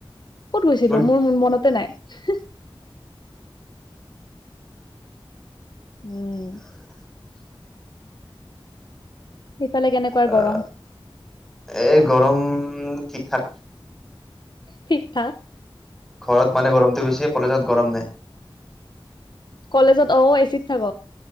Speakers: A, on the left; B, in the centre.
A: ক'ত গৈছিলো
B: ধুত
A: মোৰ মনতে নাই উম সেইফালে কেনেকুৱা
B: অ'
A: গৰম
B: এই গৰম ঠিক ঠাক
A: ঠিক ঠাক
B: ঘৰত মানে গৰমটো বেছি কলেজত গৰম নাই।
A: কলেজত অ' এচিত থাক